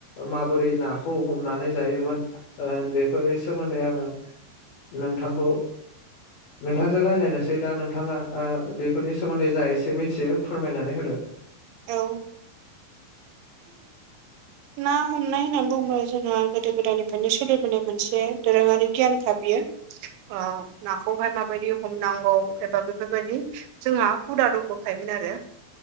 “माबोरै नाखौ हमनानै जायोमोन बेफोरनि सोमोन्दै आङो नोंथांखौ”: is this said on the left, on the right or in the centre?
Left